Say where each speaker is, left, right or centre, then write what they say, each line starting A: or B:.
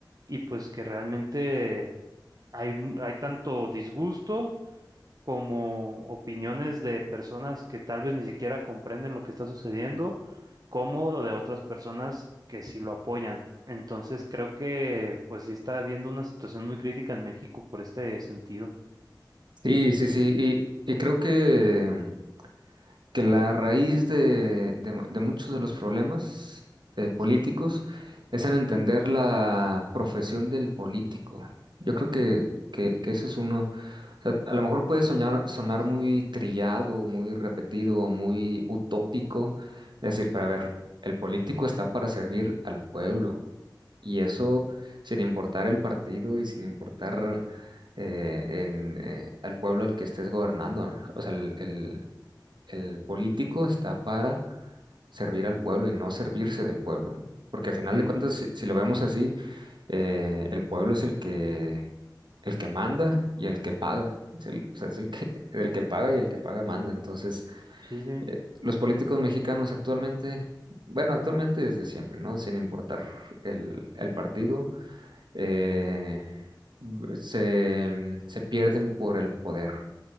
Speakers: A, on the right (about 50°); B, on the right (about 75°).
A: y pues que realmente hay, hay tanto disgusto como opiniones de personas que tal vez ni siquiera comprenden lo que está sucediendo, como de otras personas que sí lo apoyan. Entonces creo que pues sí está habiendo una situación muy crítica en México por este sentido.
B: Sí, sí, sí. Y, y creo que que la raíz de, de- de muchos de los problemas eh, políticos es en entender la profesión del político. Yo creo que, que, que ese es uno, o sea, a lo mejor puede soñar, sonar muy trillado, muy repetido, muy utópico, decir, pero a ver, el político está para servir al pueblo y eso
A: Mm,
B: sin importar el partido y sin importar eh, en, eh, al pueblo al que estés gobernando, ¿no? O sea, el, el- el político está para servir al pueblo y no servirse del pueblo, ¿no? Porque al final
A: Sí,
B: de cuentas,
A: sí, sí.
B: si, si lo vemos así, eh, el pueblo es el que, el que manda y el que paga. Es el, o sea, es el que, <laughs> el que paga y el que paga manda. Entonces,
A: Sí, sí.
B: eh, los políticos mexicanos actualmente, bueno, actualmente desde siempre, ¿no? Sin importar el, el partido, eh, b- se, mm, se pierden por el poder,